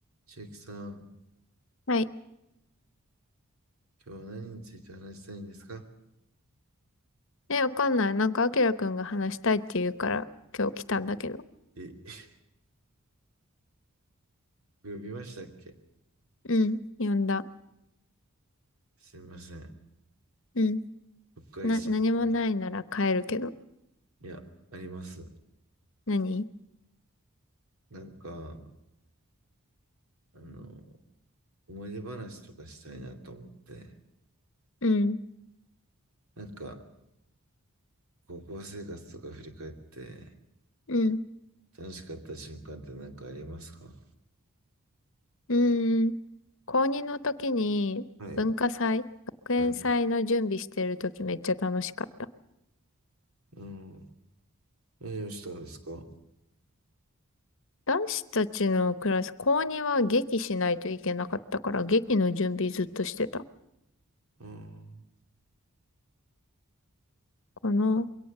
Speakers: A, on the right; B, on the left.
A: 千秋さん、
B: はい。
A: 今日は何について話したいんですか
B: え、わかんない。なんか、あきらくんが話したいって言うから、今日来たんだけど。
A: え、<laughs> 呼びましたっけ
B: うん。呼んだ。
A: すいません。
B: うん。
A: うっかりしちゃった。
B: な、何もないなら帰るけど。
A: いや、あります。
B: 何
A: なんか、あの、思い出話とかしたいなと思って、
B: うん。
A: なんか、高校生活とか振り返って、
B: うん。
A: 楽しかった瞬間って何かありますか
B: うーん。高2の時に、
A: はい。
B: 文化祭、学園祭の準備してる時めっちゃ楽しかった。
A: はい。うん。何をしたんですか
B: 男子たちのクラス、高2は劇しないといけなかったから、劇の準備ずっとしてた。
A: うん。
B: かな。